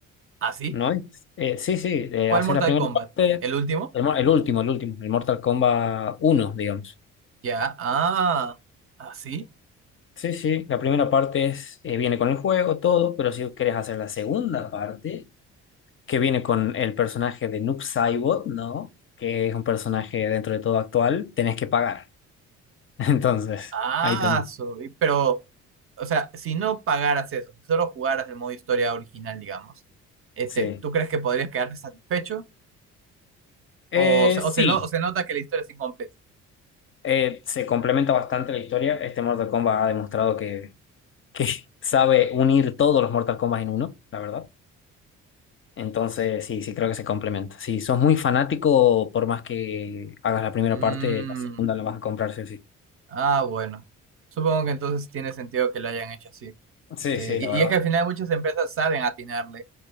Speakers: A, on the right; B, on the left.
A: ¿así?
B: ¿no? es? Eh, sí, sí, eh,
A: ¿Cuál
B: haces
A: Mortal
B: la primera
A: Kombat?
B: parte,
A: ¿El último?
B: el, mo- el último, el último, el Mortal Kombat uno, digamos.
A: Ya, ah, así.
B: Sí, sí, la primera parte es, eh, viene con el juego, todo, pero si quieres hacer la segunda parte, que viene con el personaje de Noob Saibot, ¿no? Que es un personaje dentro de todo actual, tenés que pagar. <laughs> Entonces,
A: Ah,
B: ahí también,
A: soy- pero, o sea, si no pagaras eso, si solo jugaras el modo historia original, digamos, este,
B: sí.
A: ¿tú crees que podrías quedarte satisfecho?
B: Eh,
A: ¿O, se- o,
B: sí,
A: se, no, o se nota que la historia es incompleta?
B: Eh, se complementa bastante la historia. Este Mortal Kombat ha demostrado que, que <laughs> sabe unir todos los Mortal Kombat en uno, la verdad. Entonces, sí, sí, creo que se complementa. Si sos muy fanático, por más que hagas la primera
A: Mm.
B: parte, la segunda la vas a comprar, sí o sí.
A: Ah, bueno. Supongo que entonces tiene sentido que lo hayan hecho así.
B: Sí,
A: Eh,
B: sí,
A: y,
B: la verdad.
A: y es que al final muchas empresas saben atinarle